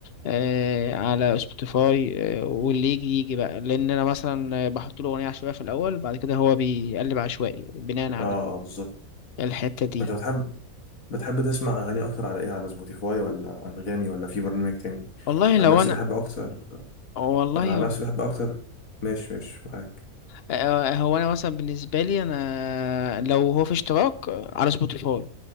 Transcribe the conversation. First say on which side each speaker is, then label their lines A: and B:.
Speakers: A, on the left; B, on the left.
A: آه على سبوتيفاي آه واللي يجي يجي بقى لان انا مثلا بحط له اغنيه عشوائيه في الاول بعد كده هو بيقلب عشوائي بناء على
B: اه اه بالظبط
A: الحته دي
B: انت بتحب بتحب تسمع اغاني اكتر على ايه على سبوتيفاي ولا انغامي ولا في برنامج تاني
A: والله لو
B: عن نفسي
A: انا
B: بحب اكتر
A: والله
B: انا عن نفسي
A: هو
B: بحب اكتر ماشي ماشي معاك
A: آه، هو انا مثلا بالنسبه لي انا لو هو في اشتراك على سبوتيفاي